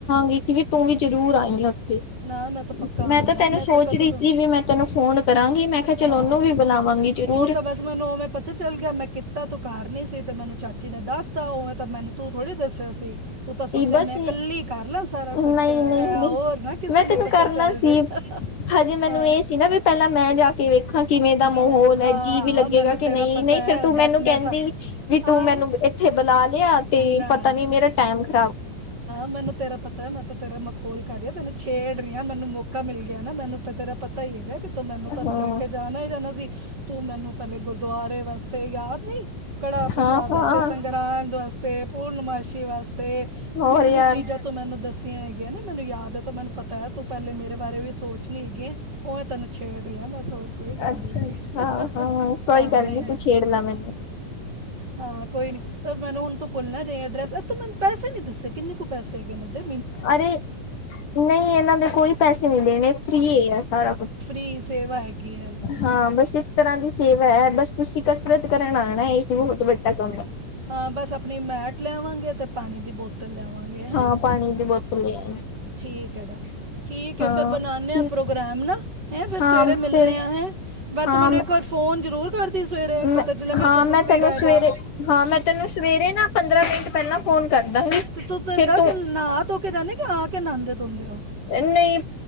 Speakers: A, on the left; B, on the right.
A: ਵੀਖ ਵੀ ਤੂੰ ਵੀ ਜ਼ਰੂਰ ਆਈ ਆ ਉੱਥੇ।
B: ਨਾ ਮੈਂ ਤਾਂ ਪੱਕਾ
A: ਮੈਂ
B: ਆਣਾ
A: ਤਾਂ ਤੈਨੂੰ
B: ਹੈ
A: ਸੋਚ
B: ਕਦੋਂ
A: ਰਹੀ ਸੀ
B: ਤੋਂ
A: ਵੀ ਮੈਂ ਤੈਨੂੰ ਫੋਨ ਕਰਾਂਗੀ ਮੈਂ ਕਿਹਾ ਚਲੋ
B: ਹਾਂ
A: ਉਹਨੂੰ ਵੀ ਬੁਲਾਵਾਂਗੀ। ਜ਼ਰੂਰ
B: ਉਹ ਤਾਂ ਬਸ ਮੈਨੂੰ ਉਵੇਂ ਪਤਾ ਚੱਲ ਗਿਆ ਮੈਂ ਕਿ ਕੀਤਾ ਤੂੰ ਘਰ ਨ ਸੀ ਤੇ ਮੈਨੂੰ ਚਾਚੀ ਨੇ ਦੱਸਤਾ ਉ ਤਾਂ ਮੈਨੂੰ ਤੂੰ ਥੋੜ੍ਹੀ ਦੱਸਿਆ ਸੀ। ਤੂੰ ਤਾਂ ਸੋਚਿਆ,
A: ਬਸ
B: ਮੈਂ ਕੱਲੀ ਕਰ ਲਾ ਸਾਰਾ
A: ਨਹੀਂ
B: ਕੁਛ ਇਹ
A: ਨਹੀਂ ਨਹੀਂ
B: ਹੋਰ ਨਾ ਕਿਸੇ
A: ਮੈਂ
B: ਨੂੰ
A: ਤੈਨੂੰ
B: ਪਤਾ
A: ਕਰਨਾ
B: ਚੱਲ ਜੇ।
A: ਸੀ ਹਜੇ ਮੈਨੂੰ
B: ਹਾਂ
A: ਇਹ ਸੀ ਨਾ ਵੀ ਪਹਿਲਾਂ ਮੈਂ ਜਾ ਕੇ ਵੇਖਾਂ ਕਿਵੇਂ ਦਾ
B: ਹਾਂ
A: ਮਾਹੌਲ ਐ ਜੀਅ ਵੀ
B: ਹਾਂ
A: ਲੱਗੇਗਾ।
B: ਮੈਨੂੰ
A: ਕੀ
B: ਤੇਰਾ
A: ਨਈ,
B: ਪਤਾ
A: ਨਈ ਫ਼ਿਰ
B: ਹੈ
A: ਤੂੰ
B: ਬਸ
A: ਮੈਨੂੰ ਕਹਿੰਦੀ
B: ਮੈਂ ਤਾਂ
A: ਵੀ ਤੂੰ
B: ਆਹ
A: ਮੈਨੂੰ ਇਥੇ ਬੁਲਾ ਲਿਆ ਤੇ
B: ਨਾ
A: ਪਤਾ ਨੀ ਮੇਰਾ ਟਾਈਮ ਖ
B: ਮੈਨੂੰ ਤੇਰਾ ਪ ਮੈਂ ਤਾ ਤੇਰਾ ਮਖੌਲ ਕਰ ਰਹੀ ਆ ਤੈਨੂੰ ਛੇੜ ਰਹੀ ਆ ਮੈਨੂੰ ਮੌਕਾ ਮਿਲ ਗਿਆ ਨਾ ਮੈਨੂੰ ਤੇਰਾ ਪਤਾ ਹੀ ਹੈਗਾ ਕਿ ਤੋਂ ਮੈਨੂੰ ਤਾਂ
A: ਹਾਂ
B: ਲੈ ਕੇ ਜਾਣਾ ਹੀ ਜਾਣਾ ਸੀ ਤੂੰ ਮੈਨੂੰ ਪਹਿਲੇ ਗੁਰਦੁਆਰੇ ਵਾਸਤੇ ਯਾਦ ਨੀ ਕੜਾ ਪ੍ਰਸ਼ਾਦ
A: ਹਾਂ ਹਾਂ
B: ਵਾਸਤੇ ਰਾਂਦ ਵਾਸਤੇ ਪੂਰਨਮਾਸ਼ੀ ਵਾਸਤੇ
A: ਹੋਰ
B: ਕਿੰਨੀ
A: ਯਾਰ
B: ਚੀਜ਼ਾਂ ਤੂੰ ਮੈਨੂੰ ਦੱਸੀਆਂ ਹੈਗੀਆਂ ਨੇ ਮੈਨੂੰ ਯਾਦ ਹੈ ਤਾਂ ਮੈਨੂੰ ਪਤਾ ਹੈ ਤੂੰ ਪਹਿਲੇ ਮੇਰੇ ਬਾਰੇ ਵੀ ਸੋਚ ਨਹੀਂ ਹੈਗੀ ਏ। ਓਵੇਂ ਤੁਹਾਨੂੰ ਛੇੜ ਰਹੀ ਆ ਬਸ ਹੋਰ ਕੋਈ ਗੱਲ
A: ਅੱਛਾ
B: ਨੀ ਹੈਗੀ
A: ਅੱਛਾ
B: ਹਾਂ,
A: ਕੋਈ ਗੱਲ
B: ਨਹੀਂ
A: ਨੀ
B: ਨਹੀਂ
A: ਤੂੰ ਛੇੜ ਲਾ ਮੈਨੂੰ
B: ਹਾਂ। ਕੋਈ ਨੀ ਮੈਨੂੰ ਤੂੰ ਹੁਣ ਭੁੱਲਣਾ ਨਾ ਜਾਈਂ ਐਡਰਸ ਆ ਤੂੰ ਮੈਨ ਪੈਸੇ ਨੀ ਦੱਸੇ ਕਿੰਨ ਕੁ ਪੈਸੇ ਹੈਗੇ ਨੇ ਏਦੇ।
A: ਅਰੇ ਨਹੀਂ ਇਹਨਾਂ ਦੇ ਕੋਈ ਪੈਸੇ ਨੀ ਦੇਣੇ ਫਰੀ ਏ ਆ ਸਾਰਾ ਕੁਛ।
B: ਕੀ ਸੇਵਾ ਹੈਗੀ ਐ।
A: ਹਾਂ, ਬਸ ਇੱਕ ਤਰ੍ਹਾਂ ਦੀ ਸੇਵਾ ਐ ਬਸ ਤੁਸੀਂ ਕਸਰਤ ਕਰਨ ਆਣਾ ਇਹੀ ਬਹੁਤ ਵੱਡਾ ਕੰਮ ਐ।
B: ਹਾਂ, ਹਾਂ, ਬਸ ਆਪਣੀ ਮੈਟ ਲਿਆਵਾਂਗੇ ਤੇ ਪਾਣੀ ਦੀ ਬੋਤਲ ਲਿਆਵਾਂਗੇ ਹੈ।
A: ਹਾਂ ਪਾਣੀ ਦੀ ਬੋਤਲ ਲੈ ਆਈ
B: ਠੀਕ ਹੈਗਾ। ਠੀਕ ਐ।
A: ਹਾਂ
B: ਫੇਰ ਬਨਾਣੇ
A: ਠੀਕ
B: ਆ ਪ੍ਰੋਗਰਾਮ ਨਾਹੈ ਫੇਰ
A: ਹਾਂ
B: ਸਵੇਰੇ ਮਿਲਣੇ
A: ਫਿਰ
B: ਆ ਹੈ ਪਰ
A: ਹਾਂ
B: ਤੂੰ ਮੈਨੂੰ ਇੱਕ ਵਾਰ ਫ਼ੋਨ ਜ਼ਰੂਰ ਕਰਦੀ ਸਵੇਰੇ
A: ਮੈਂ
B: ਪਤਾ ਚਲੇ ਮੈਂ
A: ਹਾਂ
B: ਤਾਂ ਸੁੱਤੇ
A: ਤੈਨੂੰ
B: ਹੀ ਰਹਿ
A: ਸਵੇਰੇ
B: ਜਾ।
A: ਹਾਂ, ਮੈਂ ਤੈਨੂੰ ਸਵੇਰੇ ਨਾ ਪੰਦਰਾਂ ਮਿੰਟ ਪਹਿਲਾਂ ਫੋਨ ਕਰਦਾ
B: ਤੇ ਤੇ
A: ਫਿਰ
B: ਦੱਸ
A: ਤੂੰ
B: ਨਹਾ ਧੋ ਕੇ ਜਾਂਦੇ। ਕਿ ਆ ਕੇ ਨਾਂਦੇ ਧੋਂਦੇ ਓ।
A: ਨਹੀਂ,